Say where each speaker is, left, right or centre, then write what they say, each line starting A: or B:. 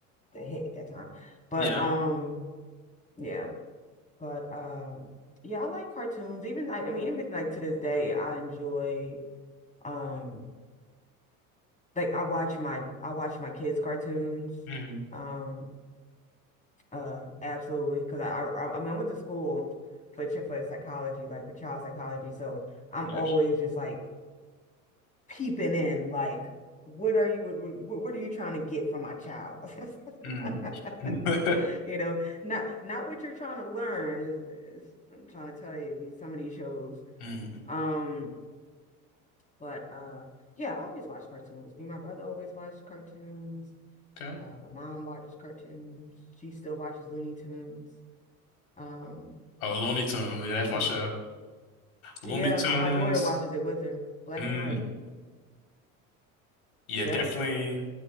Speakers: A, on the left; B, on the left.
A: the hit at that time. But
B: Yeah.
A: um yeah, but um yeah, I like cartoons. Even like I mean, even like to this day, I enjoy um like I watch my I watch my kids' cartoons.
B: hmm
A: Um uh absolutely because I, I I mean I went to school for ch- for psychology, like for child psychology, so I'm
B: Yes.
A: always just like peeping in like what are you what, what, what are you trying to get from my child? <laughs>
B: hmm <laughs>
A: You know, not not what you're trying to learn is, is I'm trying to tell you these some of these shows.
B: mm
A: Um, but uh yeah, I always watch cartoons. Me and my brother always watched cartoons.
B: Okay.
A: Uh my mom watched cartoons. She still watches Looney Tunes. Um,
B: Oh, Looney Tunes. Yeah, that's
A: yeah.
B: my show.
A: She
B: Looney
A: yeah,
B: Tunes.
A: my, my daughter watches it with her. Black
B: Mm.
A: and white.
B: Yeah,
A: Yep,
B: definitely